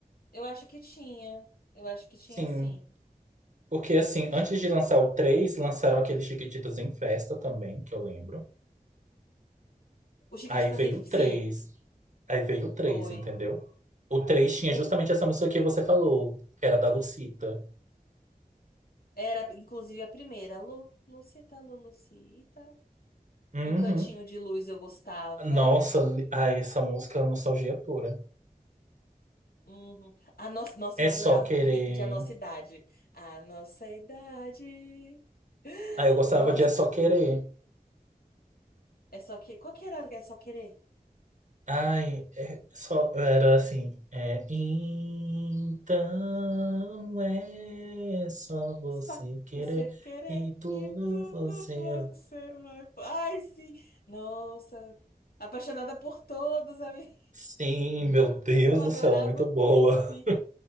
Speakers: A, on the left; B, on the right.
A: Eu acho que tinha. Eu acho que tinha
B: Sim,
A: sim.
B: porque assim,
A: Chiquititas.
B: antes de lançar o 3 lançaram aquele Chiquititas em Festa também, que eu lembro.
A: O Chiquititas,
B: Aí veio
A: em-
B: o 3
A: sim,
B: Aí veio o três
A: foi.
B: entendeu? O 3 tinha
A: O...
B: justamente essa música que você falou, que era da Lucita.
A: Era, inclusive, a primeira. Lu... Lucita, Lulucita.
B: Uhum.
A: Um cantinho de luz eu gostava.
B: Nossa, li- ai, essa música é nostalgia pura.
A: Uhum. A nossa, nossa,
B: É
A: eu adorava
B: só querer.
A: o clipe de A Nossa Idade. A Nossa Idade. <gasps>
B: Ai, eu gostava
A: Nossa,
B: de É Só Querer.
A: é só que. Qual que era? É só querer?
B: Ai, é só. Era assim. É, então é só você
A: Só
B: querer
A: você querer
B: e tudo
A: e tudo
B: você. é".
A: você vai. Ai, sim! Nossa! Apaixonada por todos, amiga.
B: Sim, meu Deus
A: <laughs> Eu adorava
B: do céu, muito
A: o
B: boa.
A: clipe.